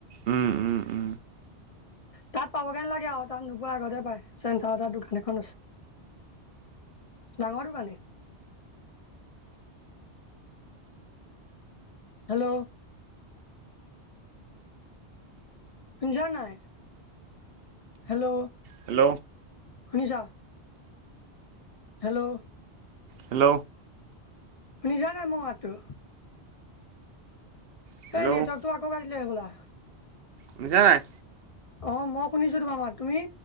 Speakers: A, on the right (about 65°); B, on the left (about 50°).
A: উম উম, উ।
B: তাত পাবগেনে নালাগে আৰু তাত নোপোৱা আগতে পায়, চেণ্টাৰতে দোকান এখন আছে। ডাঙৰ দোকানী। হেল্ল'। শুনিছানে নাই? হেল্ল'।
A: হেল্ল'।
B: শুনিছা? হেল্ল'।
A: হেল্ল'।
B: শুনিছানে মোৰ মাতটো?
A: হেল্ল'
B: এই নেটৱৰ্কটো আকৌ কাটিলে হয়বলা।
A: বুজিছা নাই?
B: অ' মই শুনিছোঁ তোমামাৰ মাত। তুমি?